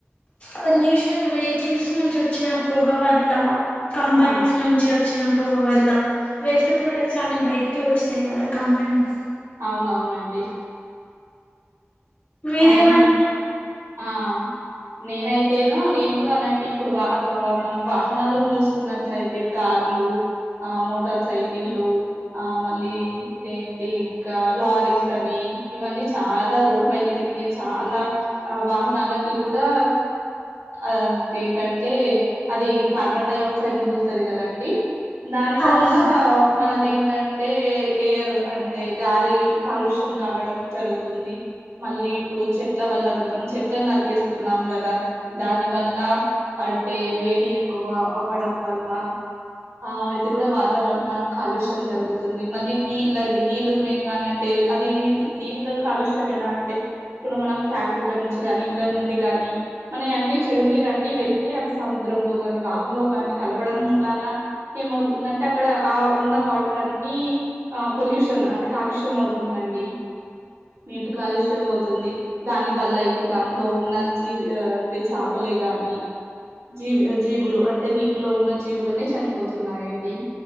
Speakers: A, on the left; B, on the right.
A: పొల్యూషన్ వెహికల్స్ నుంచి వచ్చిన పొగ వల్ల కంపెనీస్
B: ఆ
A: నుంచి వచ్చిన పొగ వల్ల వేస్ట్ ప్రోడక్ట్స్ అన్ని బయటకి వేస్తాయి కదా కంపెనీస్
B: అవునవును అండి
A: మీరేమన్
B: అవునండి ఆ నేనైతేనో నేను కూడా అలాంటి ఇప్పుడు వా మనం వాహనాల చూసుకున్నట్లయితే కార్లు ఆ మోటార్ సైకిల్లు ఆ మళ్ళీ ఇదేంటి ఇంకా లారీస్ అని ఇవన్నీ చాలా రోడ్ పైన తిరిగే చాలా వాహనాలకి కూడా ఆ ఏంటంటే అది కార్బన్ డై ఆక్సైడ్ ను వదులుతది కదండి దాని వల్ల
A: అవును
B: మనకి ఏంటంటే ఎయరు అంటే గాలి కాలుష్యం కావడం జరుగుతుంది మళ్ళీ ఇప్పుడు చెట్ల వల్ల కూడా మనం చెట్లను నరికేస్తున్నాము కదా దాని వల్ల అంటే వేడి ఎక్కువ అవ్వడం వల్ల ఆ ఇది కూడా వాతావరణం కాలుష్యం జరుగుతుంది మళ్ళీ నీళ్ళ అండి నీళ్ళలు మెయిన్ గాన్ అంటే అది నీళ్ నీళ్ కాలుష్యం ఎలా అంటే ఇప్పుడు మనం ఫ్యాక్టరీల నుంచి గాని ఇళ్ళ నుండి గానీ మన అన్ని చెడునీరు అన్ని వెళ్ళి అవి సముద్రం లో కాని వాగులో గాని కలవడం మూలాన ఏమవుతుందంటే అక్కడ ఆ ఉన్న వాటర్ అన్ని ఆ పొల్యూషన్ అంటే కాలుష్యం అవుతుందండి నీటి కాలుష్యం తాము ఆవుతుంది దాని వల్ల ఇప్పుడు దాంట్లో ఉన్న జీవి అంటే చాపలే గాని జీవి జీవులు అంటే నీటిలో ఉన్న జీవులన్ని చనిపోతున్నాయండి